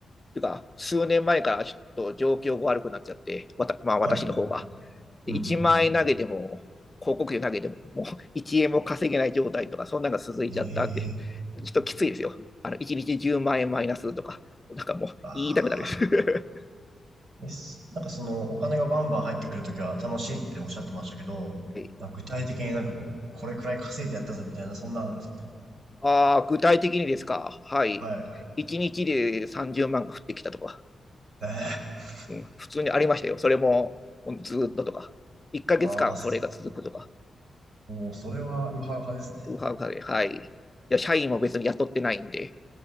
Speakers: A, on the left (about 20°); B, on the right (about 65°).
A: というか、数年前からちょっと状況が悪くなっちゃって、わたまあ、私の方が。
B: はい。
A: で、
B: うん、
A: 1万円投げても、
B: うん、うん。うん
A: 広告費投げても、もう1円も稼げない状態とか、そんなのが続いちゃったって、
B: ええ
A: ちょっときついですよ。あの、1日10万円マイナスとか、なんかもう言いたくなるです。
B: ー、まあ。
A: <laughs>
B: えすなんかそのお金がバンバン入ってくるときは楽しいっておっしゃってましたけど、
A: はい。
B: なんか具体的になんかもうこれくらい稼いでやったぜみたいなそんなのあるんですか
A: あ具体的にですか。はい。
B: はい。
A: 1日で30万が降ってきたとか、
B: ええ
A: うん、普通にありましたよ。それも、ずっととか、1ヶ月間それが続くとか。
B: ああー、すおー、それはウハウハですね。
A: ウハウハで、はい。いや、社員も別に雇ってないんで。